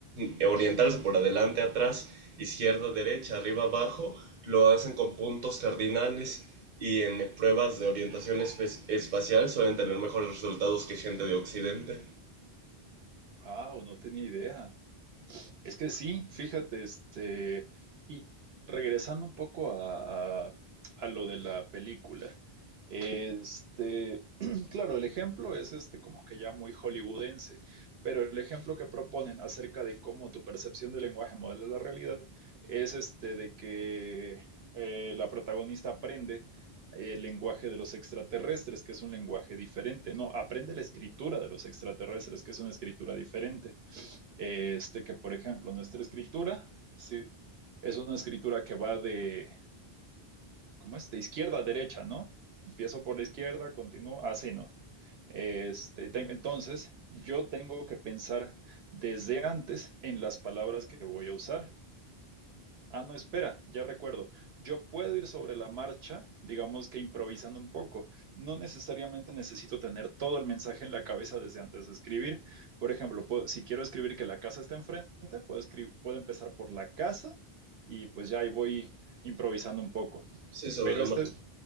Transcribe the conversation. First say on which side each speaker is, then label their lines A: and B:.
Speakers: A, on the right; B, on the right.
A: de orientarse por adelante, atrás, izquierda, derecha, arriba, abajo, lo hacen con puntos cardinales y en pruebas de orientación esp espacial suelen tener mejores resultados que gente de Occidente.
B: Wow, no tenía idea. Es que sí, fíjate, este, y regresando un poco a, a- a lo de la película, este, <clears throat> claro, el ejemplo es este como que ya muy hollywoodense, pero el ejemplo que proponen acerca de cómo tu percepción del lenguaje modela la realidad es este de que eh, la protagonista aprende el lenguaje de los extraterrestres, que es un lenguaje diferente, no, aprende la escritura de los extraterrestres, que es una escritura diferente. Este que, por ejemplo, nuestra escritura, sí, es una escritura que va de, ¿cómo es? De izquierda a derecha, ¿no? Empiezo por la izquierda, continúo, así, ¿no? Este, ten- entonces, yo tengo que pensar desde antes en las palabras que voy a usar Ah, no, espera, ya recuerdo. Yo puedo ir sobre la marcha, digamos que improvisando un poco. No necesariamente necesito tener todo el mensaje en la cabeza desde antes de escribir. Por ejemplo, puedo- si quiero escribir que la casa está enfrente, puedo escribir, puedo empezar por la casa y pues ya ahí voy improvisando un poco.
A: Sí, sobre
B: Pero
A: la
B: este,
A: marcha.